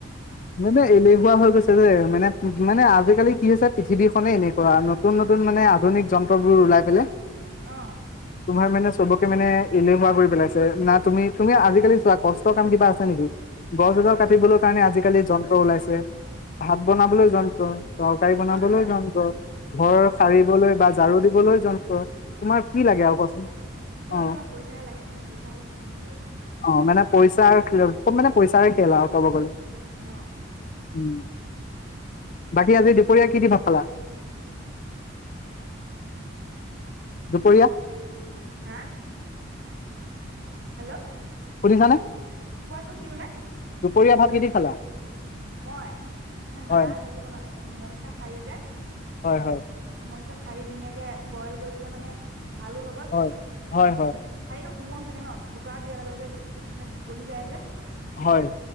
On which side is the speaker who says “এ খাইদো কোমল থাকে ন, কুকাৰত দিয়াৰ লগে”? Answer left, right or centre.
Right